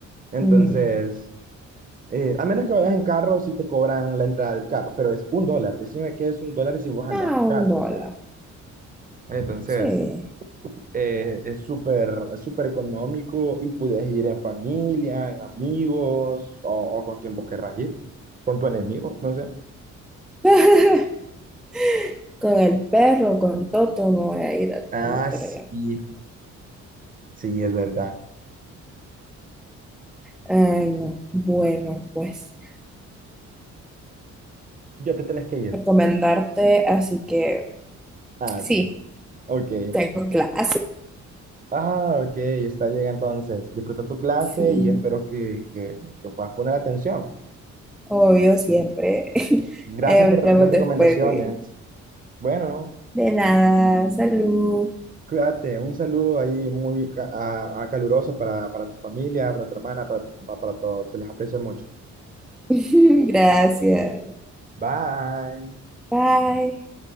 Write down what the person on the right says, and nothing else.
Entonces,
eh, a menos que vayas en carro, sí te cobran la entrada del carro, pero es un dólar. Decime que es un dólar si vos andás
en carro,
o sea, entonces
eh, es súper es súper económico y puedes ir en familia, en amigos o, o con quien vos querrás ir, con tu enemigo, no sé.
Ah,
sí,
sí, es verdad.
Ya te tenés que ir.
Ah,
ok, ok.
Ah, ok, está bien entonces. Disfruta tu clase
y espero que, que, que puedas poner atención.
Gracias
por las recomendaciones.
Bueno,
cuídate. Un saludo ahí muy ca- a- a caluroso para, para tu familia, para tu hermana, para tu mamá, para todos. Se les aprecia mucho.
Bye.